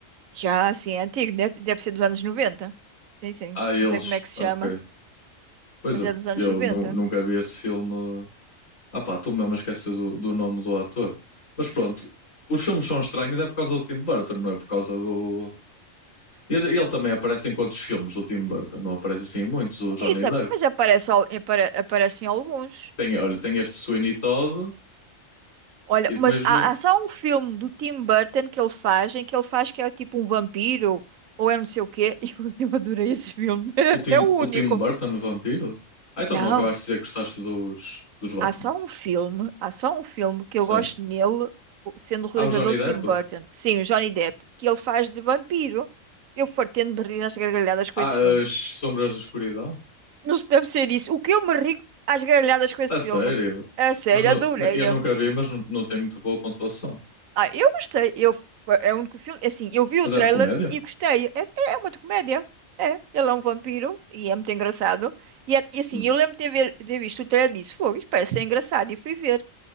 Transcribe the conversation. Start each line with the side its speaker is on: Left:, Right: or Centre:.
Right: Já assim, é antigo, deve, deve ser dos anos 90. Sim, sim.
Left: Ah, eles.
Right: Não sei como é que se
Left: Ok.
Right: chama,
Left: Pois
Right: mas
Left: eu,
Right: é dos anos
Left: eu
Right: 90.
Left: nu- nunca vi esse filme. Ah pá, estou mesmo a esquecer do, do nome do ator. Mas pronto, os filmes são estranhos é por causa do Tim Burton, não é por causa do... E Ele ele também aparece em quantos filmes do Tim Burton? Não aparece assim em muitos, o Johnny
Right: Isso,
Left: Depp.
Right: é- mas aparece, al- apare- aparecem alguns.
Left: Tem, olha, tem este Sweeney Todd
Right: Olha,
Left: e depois
Right: mas há,
Left: no,
Right: há só um filme do Tim Burton que ele faz, em que ele faz que é tipo um vampiro, ou é não sei o quê. <laughs> Eu, eu adorei esse filme. <laughs>
Left: o Tim,
Right: É o
Left: o
Right: único.
Left: Tim Burton no Vampiro. Ah, então
Right: Não,
Left: não acabaste de dizer que gostaste dos, dos Batman.
Right: há só um filme, há só um filme que
Left: Sim.
Right: eu gosto nele, o- sendo o realizador
Left: Ah, o Johnny Depp?
Right: Tim Burton. Sim, o Johnny Depp, que ele faz de vampiro. Eu fartei-me de rir às gargalhadas com
Left: Ah,
Right: esse filme.
Left: as Sombras da Escuridão?
Right: Não se deve ser isso. O que eu me ri às gargalhadas com esse
Left: A sério?
Right: filme? A sério,
Left: Não- não-
Right: adorei.
Left: eu nunca vi, mas não, não tem muito boa pontuação.
Right: Ah, eu gostei. Eu, é o único filme. Assim, eu vi
Left: Mas
Right: o trailer
Left: é de comédia?
Right: e gostei. É, é uma comédia. É. Ele é um vampiro e é muito engraçado. E, é- e assim,
Left: Hum.
Right: eu lembro de ter, ver- de ter visto o trailer e disse: Foi, isto parece ser engraçado. E fui ver.